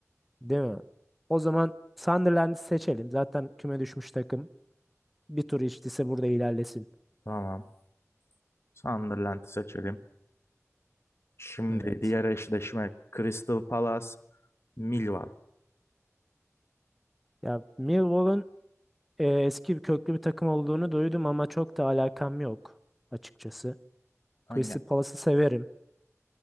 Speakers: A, in the centre; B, on the left.
A: Değil mi? O zaman Sunderland'i seçelim. Zaten küme düşmüş takım. Bir tur içtiyse burada ilerlesin.
B: Tamam. Sunderland'i seçelim. Şimdi
A: Evet.
B: diğer eşleşme Crystal Palace, Millwall.
A: Ya Millwall'un e, eski bir köklü bir takım olduğunu duydum ama çok da alakam yok açıkçası.
B: Ha,
A: Crystal
B: Yine
A: Palace'ı severim.